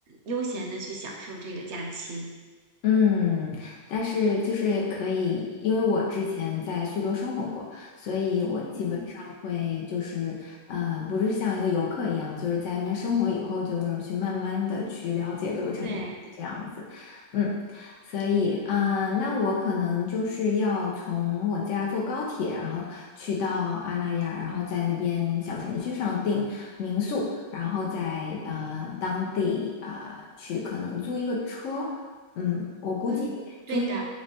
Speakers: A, on the right (about 70°); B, on the left (about 80°).
A: 悠闲的去享受这个假期。
B: 嗯，但是就是可以，因为我之前在苏州生活过，所以我基本上会就是，
A: 嗯，
B: 呃，不是像一个游客一样，就是在那边生活以后，就是去慢慢的去了解这个城市这样子，
A: 对，
B: 嗯，所以，呃，那我可能就是要从我家坐高铁，然后去到阿那亚，然后在那边小程序上订民宿，然后在呃当地啊、呃去可能租一个车。嗯，我估计租一个，
A: 嗯，对的，